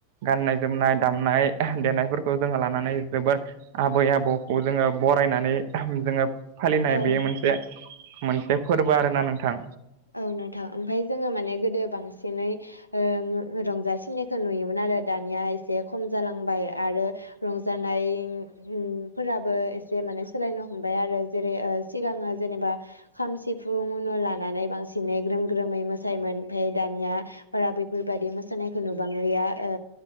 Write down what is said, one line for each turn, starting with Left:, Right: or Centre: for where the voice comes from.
Right: गाननाय जोमनाय दामनाय देनायफोरखौ जोङो लानानै जोबोर आबै आबौखौ जोङो बरायनानै जोङो फालिनाय
Left: औ
Right: बेयो मोनसे मोनसे फोरबो आरोना नोंथां
Left: औ नोंथां ओमफ्राय जोङो माने गोदो बांसिनै ओ रंजासिननायखौ नुयोमोन आरो दानिया एसे खम जालांबाय आरो रंजानायफोराबो एसे माने सोलायनो हमबाय आरो जेरै ओ सिगाङो जेनेबा खाम सिफुं लानानै बांसिनै ग्रोम ग्रोमै मोसायोमोन ओमफ्राय दानिया बारा बेफोरबायदि मोसानायखौ नुबांलिया ओ